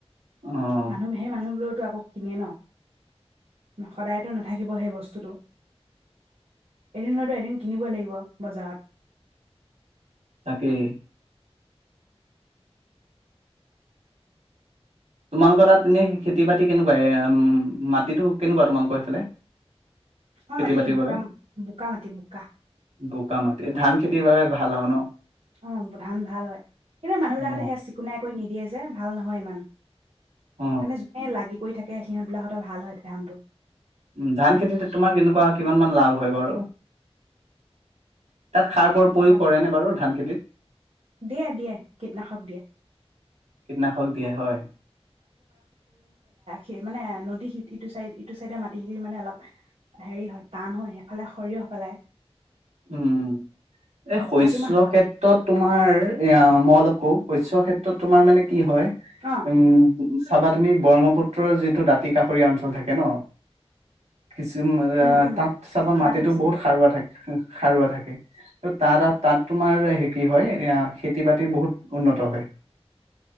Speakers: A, on the right (about 85°); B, on the right (about 70°).
A: অ'
B: মানুহ সেই মানুহবোৰত আকৌ কিনে ন, সদায়তো নাথাকিব সেই বস্তুটো। এদিন নহইটো এদিন কিনিবই লাগিব বজাৰত।
A: তাকেই। তোমালোকৰ তাত এনেই খেতি বাতি কেনেকুৱা, এ উম মাটিটো কেনেকুৱা তোমালোকৰ সেইফালে?
B: অ
A: খেতি-বাতিৰ
B: মাটিতো বোকা
A: বাবে,
B: বোকা মাটি বোকা
A: বোকা মাটি ধান খেতিৰ বাবে ভাল আৰু ন'?
B: অ' ধান ভাল হয়, কিন্তু মানুহ বিলাক
A: অ
B: হতে সেই চিকুণায় কৰি নিদিয়ে যে ভাল নহয়। হয় ইমান
A: অ
B: মানে জোনে লাগি কৰি থাকে তে সিহঁত বিলাক হতৰ ভাল হয় তেতিয়া ধানটো।
A: উম ধান খেতিটোত তোমাৰ কেনেকুৱা কিমান মান লাভ হয় বাৰু? তাত সাৰ বোৰ প্ৰয়োগ
B: ধান
A: কৰে নে বাৰু ধান খেতিত?
B: দিয়ে দিয়ে কীটনাশক দিয়ে
A: কীটনাশক দিয়ে হয়।
B: সেই মানে নদী সি-ইটো চাইদ ইটো চাইডে মাটিখিনি মানে অলপ হেৰি হয়, টান হয়, সেইফালে সৰিয়হ পেলায়।
A: উম এ শস্যক্ষেত্ৰত
B: কাতি মাহ
A: তোমাৰ, এয়া মই অলপ বহু শস্যক্ষেত্ৰত তোমাৰ মানে কি হয়?
B: অ
A: উম ম চাবা তুমি ব্ৰহ্মপুত্ৰৰ যিটো দাঁতি কাষৰীয়া অঞ্চল থাকে ন। কিছুমান
B: উম উম
A: তাত চাবা
B: সাৰটো
A: মাটিতো
B: বেছি
A: বহুত
B: থাকে
A: সাৰুৱা থাকে। সাৰুৱা থাকে। ত তাৰ-তাত তোমাৰ হে কি হয় এয়া খেতি-বাতি বহুত উন্নত হয়।